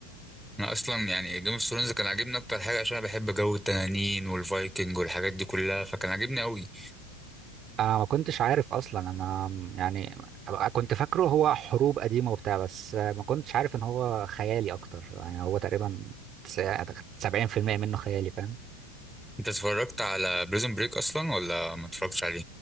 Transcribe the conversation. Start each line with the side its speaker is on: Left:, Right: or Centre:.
Centre: انا اصلا يعني جيم اوف ثرونز كان عاجبني اكتر حاجه عشان انا بحب جو التنانين والفايكنج والحاجات دي كلها فكان عاجبني قوي
Right: انا ما كنتش عارف اصلا انا يعني كنت فاكره هو حروب قديمه وبتاع بس ما كنتش عارف ان هو خيالي اكتر يعني هو تقريبا تس- 70% منه خيالي فاهم
Centre: انت اتفرجت على بريزون بريك اصلا ولا ما اتفرجتش عليه